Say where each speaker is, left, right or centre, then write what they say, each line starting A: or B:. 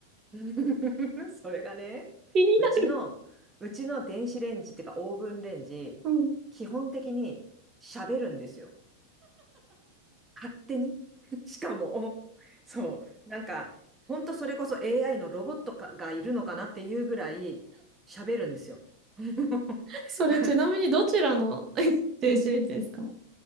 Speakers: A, on the right; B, on the right.
A: <laughs> それがね、
B: 気になる。
A: うちの、うちの電子レンジっていうかオーブンレンジ、
B: うん。
A: 基本的に喋るんですよ。勝手に。<laughs> しかも、そう、なんか、ほんとそれこそ AI のロボットかがいるのかなっていうぐらい喋るんですよ。<laughs>
B: それちなみにどちらの
A: だ
B: <laughs> 電子レンジですか